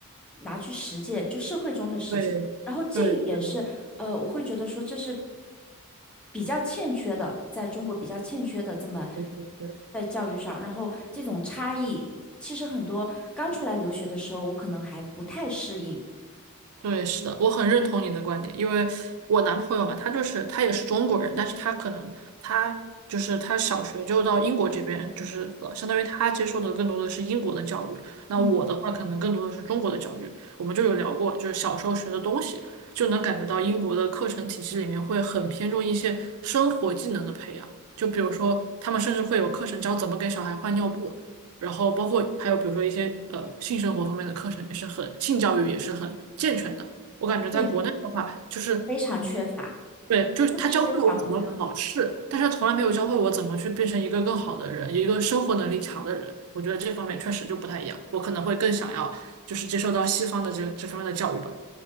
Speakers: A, in the centre; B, on the right (about 75°).
A: 拿去实践，就社会中的实践。
B: 对对对
A: 然后这一点是，呃，我会觉得说这是比较欠缺的，在中国比较欠缺的这么
B: 对对对。
A: 在教育上。然后这种差异，其实很多刚出来留学的时候，我可能还不太适应。
B: 对，是的，我很认同你的观点，因为我男朋友嘛，他就是他也是中国人，但是他可能他就是他小学就到英国这边，就是呃相当于他接受的更多的是英国的教育，那我的话可能更多的是中国的教育。
A: 嗯，
B: 我们就有聊过，就是小时候学的东西，就能感觉到英国的课程体系里面会很偏重一些生活技能的培养，就比如说他们甚至会有课程教怎么给小孩换尿布。然后包括还有比如说一些呃性生活方面的课程也是很性教育也是很健全的。我感觉在国内的话，
A: 对，
B: 就是
A: 非常缺乏，
B: 对，就是他教会了我怎么考试，
A: 特别是对小朋友。
B: 但是他从来没有教会我怎么去变成一个更好的人，一个生活能力强的人。我觉得这方面确实就不太一样，我可能会更想要就是接受到西方的这这方面的教育吧，